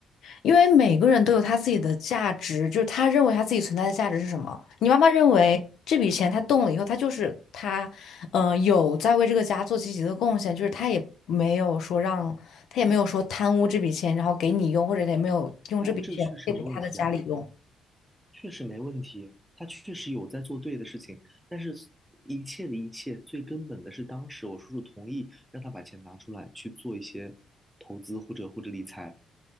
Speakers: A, on the left (about 75°); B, in the centre.
A: 因为每个人都有他自己的价值，就是他认为他自己存在的价值是什么。你妈妈认为这笔钱他动了以后，他就是他，嗯、有在为这个家做积极的贡献，就是他也没有说让，他也没有说贪污这笔钱，然后给你用，或者也没有用这笔钱对付他的家里用。
B: 对啊，这个确实没问题啊。确实没问题，他确实有在做对的事情，但是一切的一切，最根本的是当时我叔叔同意让他把钱拿出来去做一些投资或者或者理财，